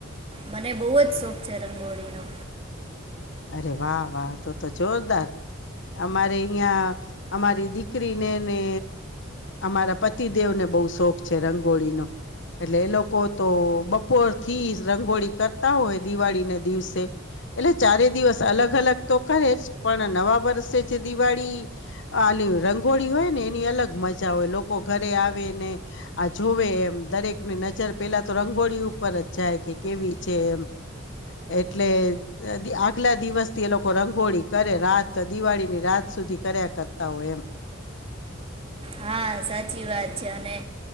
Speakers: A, on the right; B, on the left.
A: મને બહુ જ શોખ છે રંગોળીનો
B: અરે વાહ વાહ તો તો જોરદાર અમારે અહં અમારી દીકરીને ને અમારા પતિદેવને બહુ શોખ છે રંગોળીનો એટલે એ લોકો તો બપોર થી રંગોળી કરતા હોય દિવાળીને દિવસે એટલે ચારે દિવસ અલગ અલગ તો કરે જ પણ નવા વર્ષે જે દિવાળી આ ર હોળી હોય ને એની અલગ મજા હોય લોકો ઘરે આવે ને આ જોવે એમ દરેકની નજર અ પેલા તો રંગોળી ઉપર જ જાય કે કેવી છે એમ એટલે આગલા દિવસથી એ લોકો રંગોળી કરે રાત દિવાળીની રાત સુધી કર્યા કરતા હોય એમ
A: હા હા સાચી વાત છે અને